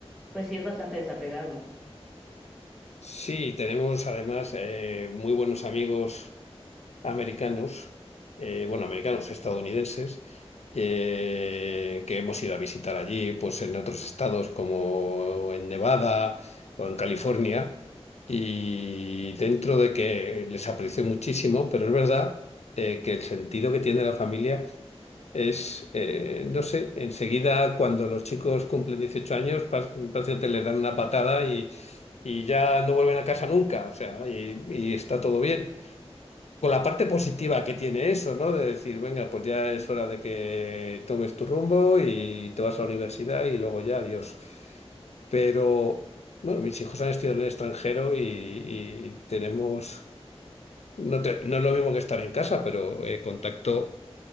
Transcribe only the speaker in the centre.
pues sí es bastante desapegado.